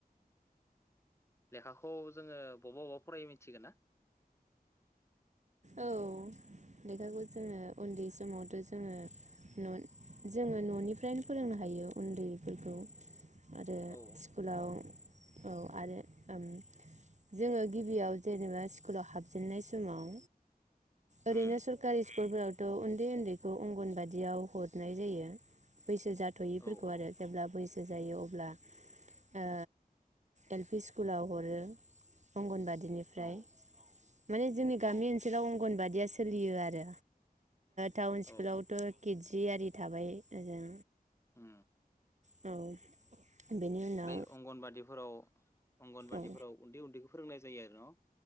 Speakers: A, on the left (about 15°); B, on the right (about 50°).
A: लेखाखौ जोङो बबा बबेबा फरायो मिथिगोन ना
B: औ लेखाखौ जोङो उन्दै समावथ जोङो ननि जोङो ननिफ्रायनो फोरोंनो हायो उन्दैफोरखौ आरो
A: औ
B: स्कुलाव औ आरो उ जोङो गिबियाव जेनेबा स्कुलाव हाबजेननाय समाव
A: उम
B: ओरैनो सोरखारि स्कुलफोरावथ उन्दै उन्दैखौ अंगनबादियाव हरनाय जायो बैसो जाथयिफोरखौ
A: औ औ
B: आरो जेब्ला बैसो जायो अ अब्ला अ एल पि स्कुलाव हरो अंगनबादि बिनिफ्राय
A: औ
B: माने जोंनि
A: औ
B: गामि ओन बादिया सोलियो आरो टाउन स्कुलावथ
A: औ
B: गिदजि आरि थाबाय ओजों
A: उ
B: औ बेनि उनाव
A: बै अंगनबादिफोराव अंगनबादिफोराव
B: औ
A: उन्दै उन्दैखौ फोरोंनाय जायो आरो न